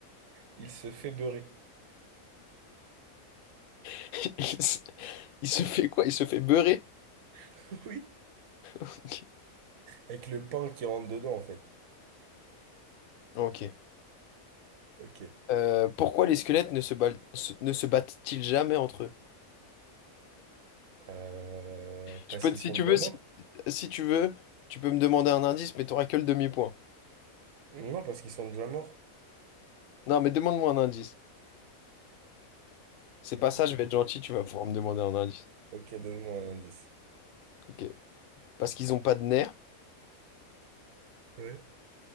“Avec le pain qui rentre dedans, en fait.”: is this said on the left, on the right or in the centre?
Right